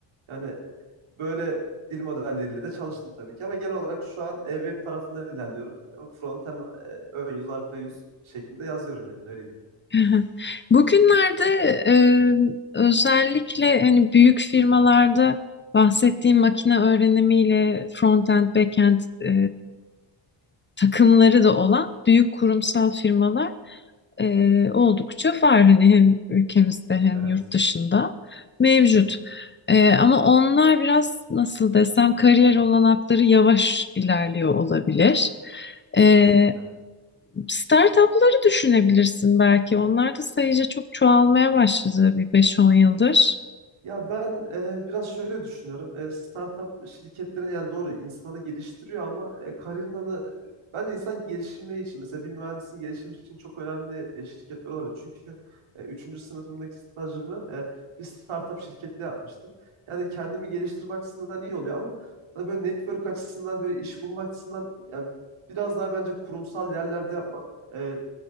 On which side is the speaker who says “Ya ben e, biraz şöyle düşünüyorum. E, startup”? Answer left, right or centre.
Right